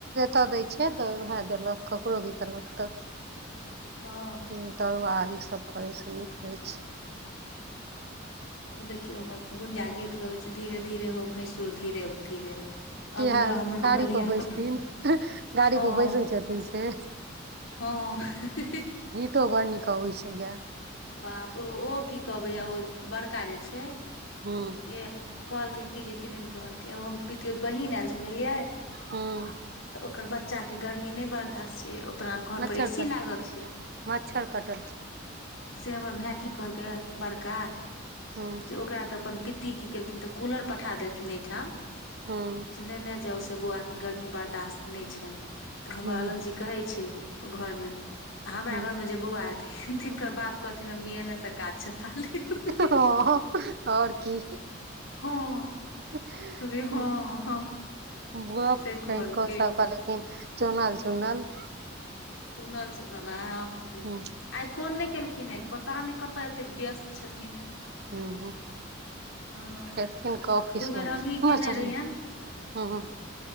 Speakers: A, on the right; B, on the left.
A: तऽ दै छै तऽ उहे देलक ककरो भी देलक तऽ
B: हँ
A: तिन तरुआ ई सभ करै सँ नीक रहै छै।
B: ओ देखियौ हमर गुंजा गीत गबै छै धीरे धीरे हो भैसुर धीरे धीरे
A: किहा
B: अभीह हमरो
A: गाड़ी
B: गलिया
A: पर बैसथिन
B: मे भैंसुर
A: गाड़ी
B: हँ
A: पर बैसे छथिन से
B: हँ ही ही ही
A: तो बर निक अबै छै गैल
B: बाप रो ओ की कहबै यऽ ओ बड़का जे छै
A: हँ
B: एह कहलकै की जे किदिन कहलकै एगो हमर पितियो बहीन आयल छै बुझलियै
A: हूँ
B: तऽ ओकर बच्चा केँ गर्मी नय बर्दश्त छै ओपना घर
A: मच्छर
B: पर ए सी
A: कट
B: लागल छै
A: मच्छर कटअ
B: से हमर भाय की कहलकै बड़का
A: हँ
B: तऽ ओकरा तऽ अपन पित्ती की केलखिन तऽ कूलर पठा देलखिन एहिठाम
A: हूँ
B: जे नेने जाउ से बौआ केँ गर्मी बर्दाश्त नइ छैन तऽ हमरा
A: हूँ
B: लग जि कहै छै ओ घर मे आ हमरा
A: हूँ
B: घर मे जे बौआ एथिन तिनकर बाप कहथिन हम बियने से काज चला लेब
A: हँ ह आओर की
B: हँ
A: <unintelligible>
B: कहलियै हँ हँ
A: गप
B: से कहलकै
A: होनको सबके लेकिन चुनल चुनल
B: चुनल चुनल अहाँ की
A: हूँ
B: आइ फोन नय केलखिन आय पता नय कतऽ एतेक व्यस्त छथिन
A: हुँ हुँ
B: हँ
A: हेथिन कऽ ओफिस
B: दू बेर
A: मऽ
B: हमही केने रहियनि
A: हुँ